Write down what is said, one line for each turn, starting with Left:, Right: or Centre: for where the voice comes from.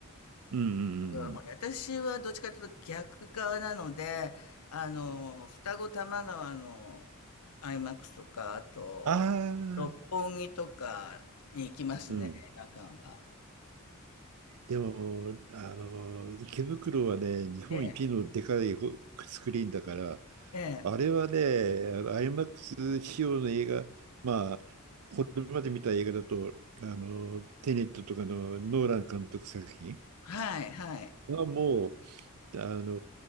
Right: うんうんうんうん。
Left: 僕らの方に私はどっちかというと逆側なので、あの、双子玉川のアイマックスとか、あと、
Right: ああ、
Left: 六本木とかに行きますね、
Right: うん。
Left: 映画館は。
Right: でも、あの、池袋はね、日本一のでかいほスクリーンだから、
Left: ええ、ええ、
Right: あれはね、あの IMAX 仕様の映画、まあ、これまで見た映画だと、あの、テネットとかのノーラン監督作品
Left: はい、はい。
Right: はもう、あの、